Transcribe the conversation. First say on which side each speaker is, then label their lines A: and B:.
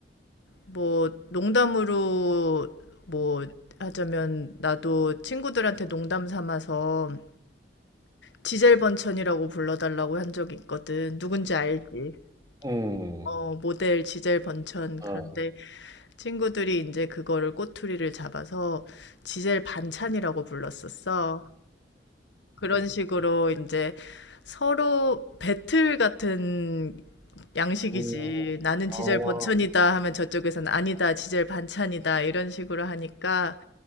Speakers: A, on the left; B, on the right.
A: 뭐, 농담으로, 뭐, 하자면, 나도 친구들한테 농담 삼아서 지젤 번천이라고 불러달라고 한 적이 있거든. 누군지 알지?
B: 같아. 음,
A: 어, 모델 지젤 번천.
B: 어,
A: 그런데 친구들이 이제 그거를 꼬투리를 잡아서 지젤 반찬이라고 불렀었어. 그런 식으로 이제 서로 배틀 같은 양식이지.
B: 음,
A: 나는
B: 어,
A: 지젤 음. 번천이다 하면 저쪽에서는 아니다, 지젤 반찬이다 이런 식으로 하니까